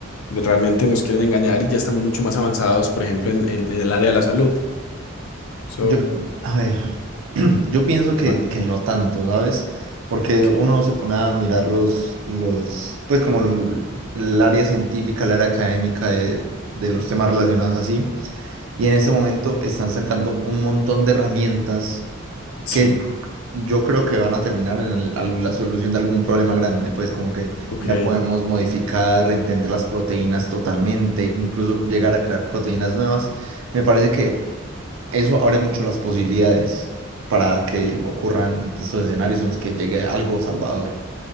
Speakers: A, on the left; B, on the right.
A: de realmente nos quieren engañar y ya estamos mucho más avanzados, por ejemplo, en, en en el área de la salud. Eso
B: Yo,
A: es
B: a ver, <clears throat> yo pienso
A: un
B: que,
A: tema complejo.
B: que no tanto, ¿sabes? Porque
A: Ok,
B: uno se pone a mirar los, los, pues como el, el área científica, el área académica de, de los temas relacionados así, y en ese momento están sacando un montón de herramientas
A: sí,
B: que yo creo que van a terminar en el- al- la solución de algún problema grande, pues como que
A: ok,
B: ya podemos modificar, entender las proteínas totalmente, incluso llegar a crear proteínas nuevas. Me parece que eso abre mucho las posibilidades para que
A: sí,
B: ocurran estos escenarios en los que llegue algo salvador.